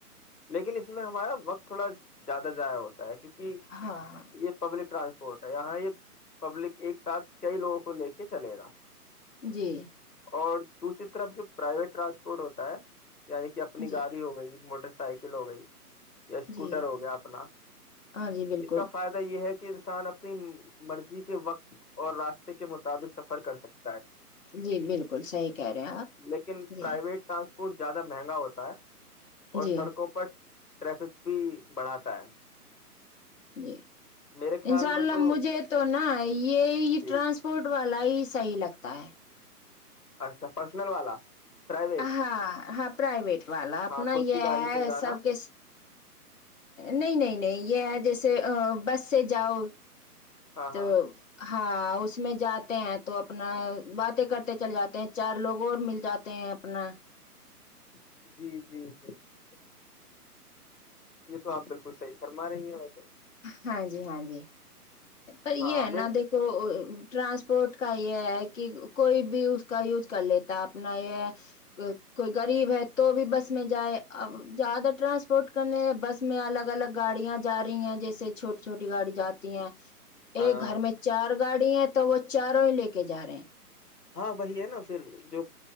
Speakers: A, on the left; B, on the left.
A: لیکن اس میں ہمارا وقت تھوڑا زیادہ ضائع ہوتا کیونکہ
B: ہاں ہاں
A: یہ پبلک ٹرانسپ <unintelligible> پٹ ہے یہاں یہ پبلک ایک ساتھ کئی لوگوں کو لے کے چلے گا <unintelligible>
B: جی
A: اور دوسری طرف جو پرائیویٹ <unintelligible> ٹرانسپورٹ ہوتا ہے <unintelligible> یعنی کہ اپنی گاڑی
B: جی
A: ہو گئی موٹر سائیکل ہو گئی یا اسکوٹر
B: جی
A: ہو گیا اپنا
B: ہاں جی بالکل
A: اس کا فائدہ یہ ہے کہ کہ انسان اپنی مرضی کے وقت اور راستے کے مطابق سفر کر سکتے
B: جی بالکل صحیح کہہ رہے ہیں آپ
A: لیکن
B: ج
A: پرائیویٹ ٹاسک اور زیادہ مہنگا ہوتا ہے اور
B: جی
A: سڑکوں پر ٹریفک بھی بڑھاتا ہے
B: جی
A: میرے خیال
B: ان شاء اللہ
A: میں تو
B: مجھے تو نا یہ
A: جی
B: ٹرانسپورٹ والا ہی صحیح لگتا <unintelligible> تا <unintelligible>
A: اچھا پرسنل والا پرائیویٹ
B: ہاں ہاں پرائیویٹ والا اپنا
A: ہاں خود
B: یہ
A: کی گاڑی
B: ہے
A: سے جانا
B: سب ک نہیں نہیں نہیں یہ جیسے بس سے جاؤ
A: ہاں
B: تو
A: ہاں
B: <unintelligible> ہاں اس میں جاتے ہیں تو اپنا باتیں کرتے چل جاتے ہیں چار لوگ اور مل جاتے ہیں اپنا <unintelligible>
A: <inaudible> یہ تو آپ بالکل صحیح فرما رہی ہیں ویسے
B: ہاں جی ہاں جی پر یہ
A: ہاں
B: ہے نا
A: میں
B: دیکھو ٹرانسپورٹ کا یہ ہے کہ کوئی بھی اس کا یوز <unintelligible> کر لیتا اپنا یہ کوئی غریب ہے تو بھی بس میں جائے اب زیادہ ٹرانسپورٹ کرنے بس میں الگ الگ گاڑیاں جا رہی ہیں جیسے چھوٹی چھوٹی گاڑی جاتی ہیں <inaudible> ایک
A: ہاں
B: گھر میں چار گاڑی ہے تو وہ چاروں ہی لے کے جا رہے ہیں
A: ہاں وہی ہے نا پھر جو